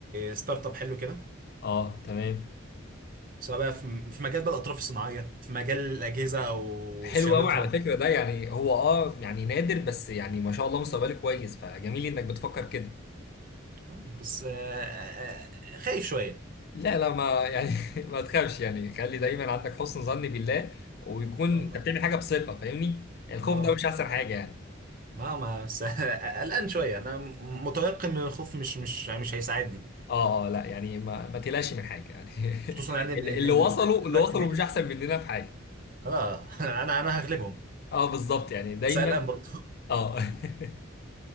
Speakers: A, on the right; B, on the left.
A: ستارت اب حلو كده
B: اه تمام
A: سواء بقى في في مجال بقى الاطراف الصناعيه في مجال الاجهزه او
B: حلو
A: صيانتها
B: قوي على فكرة ده يعني هو اه يعني نادر بس يعني ما شاء الله مستقبلك كويس فجميل انك بتفكر كده
A: آه، بس آه، آه، خايف شويه
B: لا لا ما يعني <laughs> ما تخافش يعني خلي دايما عندك حسن ظن بالله ويكون
A: والله
B: انت بتعمل حاجة بثقة فاهمني يعني الخوف
A: اه
B: ده مش احسن حاجة يعني
A: ما ما بس <laughs> قلقان شويه انا متيقن من الخوف مش مش مش هيساعدني
B: اه اه لا يعني ما ما تقلقش من حاجه يعني
A: خصوصا يعني ان
B: <laughs>
A: ان
B: اللي
A: إن
B: وصلوا اللي
A: الوقت
B: وصلوا
A: بيجري
B: مش احسن مننا في حاجه
A: انا <laughs> انا انا هغلبهم
B: اه بالظبط يعني دايما
A: سألان برضه <laughs>
B: اه <laughs>